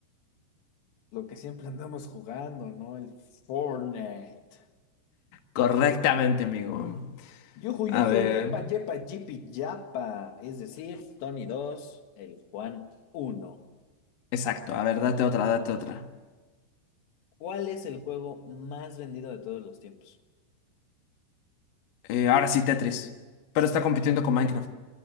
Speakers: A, on the left; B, on the left.
A: Lo que siempre andamos jugando, ¿no? El Fortnite.
B: Correctamente, amigo.
A: Yuju,
B: A
A: yuju,
B: ver.
A: yepa, yepa, yipi, yapa. Es decir, Tony 2, el Juan uno.
B: Exacto, a ver, date otra, date otra.
A: ¿Cuál es el juego más vendido de todos los tiempos?
B: Eh, ahora sí, Tetris. Pero está compitiendo con Minecraft,